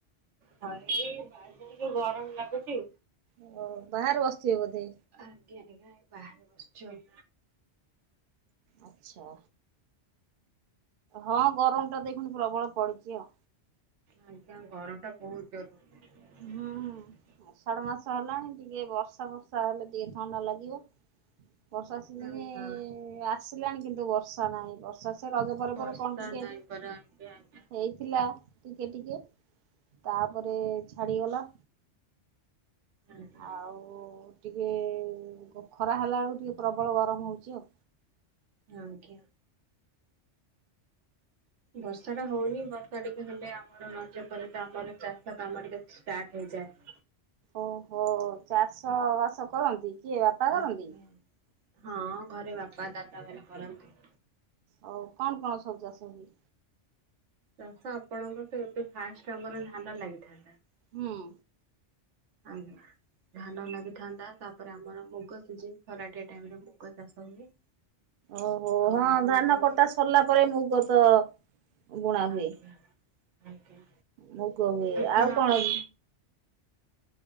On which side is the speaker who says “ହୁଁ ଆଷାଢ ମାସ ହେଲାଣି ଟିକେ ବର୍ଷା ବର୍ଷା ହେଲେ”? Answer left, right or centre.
Right